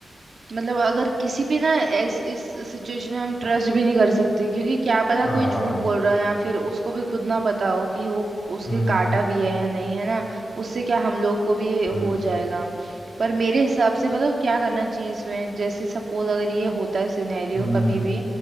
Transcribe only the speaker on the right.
मतलब अगर किसी पे ना इस इस सिचुएशन में हम ट्रस्ट भी नहीं कर सकते क्योंकि क्या पता
कोई झूठ बोल रहा है या फिर उसको भी खुद ना पता हो कि वो उसके
काटा भी है या नहीं है ना उससे क्या हम लोग को भी हो
जाएगा पर मेरे हिसाब से बताओ क्या करना चाहिए इसमें जैसे सपोज अगर ये होता है सिनेरियो
कभी भी